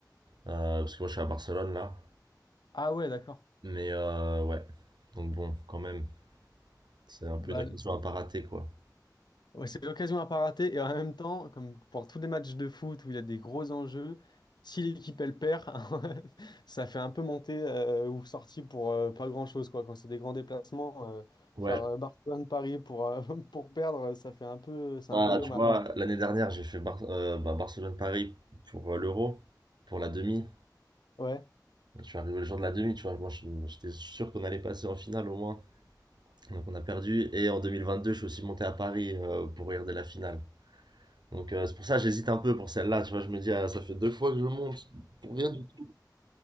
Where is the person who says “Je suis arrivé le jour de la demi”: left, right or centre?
Right